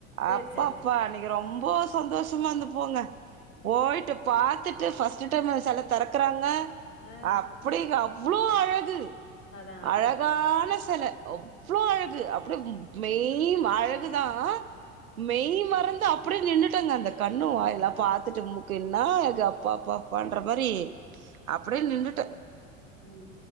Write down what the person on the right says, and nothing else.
அப்பப்பா
அன்னைக்கு ரொம்ப சந்தோஷமா இருந்தே போங்க போய்ட்டு பாத்துட்டு பஸ்ட்டு டைம் செல திறக்குறாங்க
அப்படிக <unintelligible> அழகு
அழகான செல அவ்ளோ அழகு அப்டிய மெய் அழகு தா மெய் மறந்து அப்டியே நின்னுட்டேங்க அந்த கண்ணு
வாய்ல்லா
பாத்துட்டு மு என்னா அழகு அப்பா அப்பா அப்பான்ற மாரி அப்டியே நின்னுட்டே